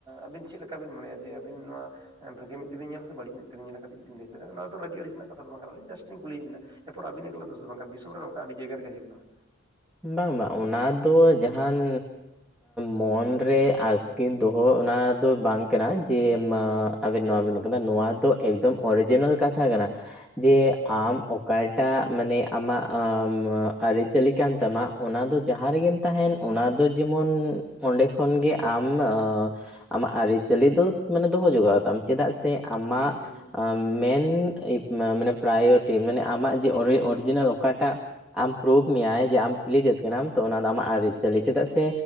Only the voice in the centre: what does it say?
ᱵᱟᱝ ᱵᱟᱝ ᱚᱱᱟ ᱫᱚ ᱡᱟᱦᱟᱱ ᱢᱚᱱᱨᱮ ᱟᱥᱠᱮ ᱫᱚᱦᱚ ᱚᱱᱟ ᱫᱚ ᱵᱟᱝ ᱠᱟᱱᱟ ᱡᱮ ᱢᱟ ᱟᱵᱮᱱ ᱱᱚᱣᱟ ᱵᱮᱱ <unintelligible> ᱱᱚᱣᱟ ᱫᱚ ᱮᱠᱫᱚᱢ ᱚᱨᱤᱡᱤᱱᱟᱞ ᱠᱟᱛᱷᱟ ᱠᱟᱱᱟ᱾ ᱡᱮ
ᱟᱢ ᱚᱠᱟᱴᱟᱜ ᱢᱟᱱᱮ ᱟᱢᱟᱜ ᱟᱹᱨᱤᱪᱟᱞᱤ ᱠᱟᱱ ᱛᱟᱢᱟ ᱚᱱᱟ ᱫᱚ ᱡᱟᱦᱟᱸ ᱨᱮᱜᱮᱢ
ᱛᱟᱦᱮᱸᱱ ᱚᱱᱟ ᱫᱚ ᱡᱮᱢᱚᱱ ᱚᱸᱰᱮ ᱠᱷᱚᱱ ᱜᱮ ᱟᱢ ᱟᱢᱟᱜ ᱟᱹᱨᱤᱪᱟᱹᱞᱤ ᱫᱚ ᱢᱟᱱᱮ ᱫᱚᱦᱚ ᱡᱚᱜᱟᱣ ᱛᱟᱢ ᱪᱮᱫᱟᱜ ᱥᱮ ᱟᱢᱟᱜ
ᱢᱮᱱ ᱢᱟᱱᱮ ᱯᱨᱟᱭᱳᱚᱨᱤᱴᱤ ᱢᱟᱱᱮ ᱟᱢᱟᱜ ᱡᱮ ᱚᱨᱤᱡᱤᱱᱟᱞ ᱚᱠᱟᱴᱟᱜ ᱟᱢ ᱯᱨᱩᱵᱷ ᱢᱮᱭᱟᱭ
ᱡᱮ ᱟᱢ ᱪᱤᱞᱤ ᱡᱟᱹᱛ ᱠᱟᱱᱟᱢ ᱛᱚ ᱚᱱᱟᱫᱚ ᱟᱢᱟᱜ ᱟᱹᱨᱤᱪᱟᱹᱞᱤ
ᱪᱮᱫᱟᱜ ᱥᱮ